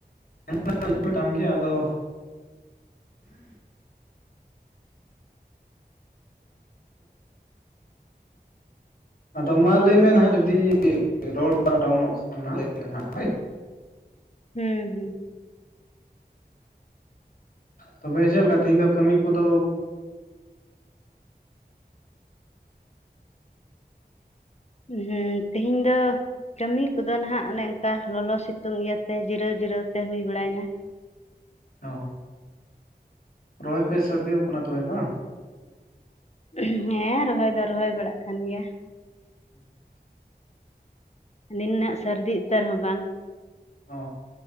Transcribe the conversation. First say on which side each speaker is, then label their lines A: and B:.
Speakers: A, on the left; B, on the left.
A: ᱡᱟᱦᱟᱱᱟᱜ <inaudible> ᱤᱧ ᱢᱮᱛᱟᱢ ᱜᱮ ᱟᱫᱚ ᱟᱫᱚ ᱢᱟ ᱞᱟᱹᱭᱢᱮ ᱱᱟᱦᱟᱜ ᱡᱩᱫᱤ ᱨᱚᱲ ᱠᱚ ᱟᱯ ᱰᱟᱣᱩᱱᱚᱜ ᱠᱷᱟᱱ ᱞᱟᱹᱭ ᱢᱮ ᱦᱟᱸᱜ ᱦᱳᱭ <unintelligible>
B: ᱦᱮᱸ ᱦᱮᱸ
A: ᱛᱚᱵᱮ ᱪᱮᱫ ᱞᱮᱠᱟ ᱛᱮᱦᱮᱧ ᱫᱚ ᱠᱟᱹᱢᱤ ᱠᱚᱫᱚ
B: ᱦᱮᱸ ᱛᱤᱦᱤᱧ ᱫᱚ ᱠᱟᱹᱢᱤ ᱠᱚᱫᱚ ᱱᱟᱦᱟᱜ ᱚᱱᱮ ᱚᱱᱠᱟ ᱞᱚᱞᱚ ᱥᱤᱛᱩᱝ ᱤᱭᱟᱹᱛᱮ ᱡᱤᱨᱟᱹᱣ ᱡᱤᱨᱟᱹᱣ ᱛᱮ ᱦᱩᱭ ᱵᱟᱲᱟᱭᱱᱟ ᱾
A: ᱚᱣ ᱾ ᱨᱚᱦᱚᱭ ᱯᱮ ᱥᱟᱹᱨᱫᱤ ᱟᱠᱟᱱᱟ ᱛᱚᱵᱮ ᱵᱟᱝ ᱾
B: ᱦᱮᱸ ᱨᱚᱦᱚᱭ ᱫᱚ ᱨᱚᱦᱚᱭ ᱵᱟᱲᱟᱜ ᱠᱟᱱ ᱜᱮᱭᱟ ᱾
A: ᱦᱩᱸ ᱟᱪᱷᱟ <unintelligible>
B: ᱱᱤᱱᱟᱹᱜ ᱥᱟᱹᱨᱫᱤ ᱩᱛᱟᱹᱨ ᱦᱚᱸ ᱵᱟᱝ
A: ᱚ